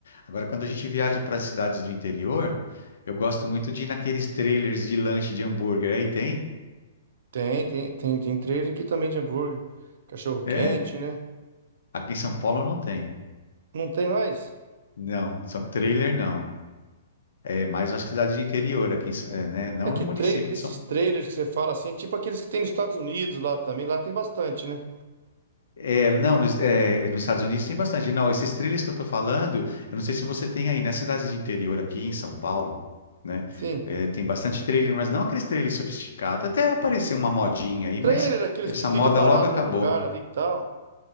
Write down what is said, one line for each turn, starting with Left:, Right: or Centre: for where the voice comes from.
Left: Agora, quando a gente viaja para as cidades do interior, eu gosto muito de ir naqueles trailers de lanche de hambúrguer. Aí tem?
Right: Tem, tem, tem, tem trailer aqui também de hambúrguer. Cachorro
Left: É?
Right: quente, né?
Left: Aqui em São Paulo não tem.
Right: Não tem mais?
Left: Não, são trailer não. É mais as cidades de interior aqui, em S- eh, né? Não
Right: É que
Left: no município
Right: trailer, esses
Left: de São
Right: trailers que você fala assim, é tipo aqueles que tem nos Estados Unidos lá também, lá tem bastante, né?
Left: É, não, nos, é, nos Estados Unidos tem bastante. Não, esses trilhos que eu estou falando, eu não sei se você tem aí, nas cidades de interior aqui em São Paulo, né?
Right: Sim.
Left: é, tem bastante trailer, mas não aqueles trailers sofisticados. Até apareceu uma modinha aí,
Right: Trailer,
Left: mas
Right: aqueles
Left: essa
Right: que fica
Left: moda
Right: parado
Left: logo acabou.
Right: no lugar ali e tal.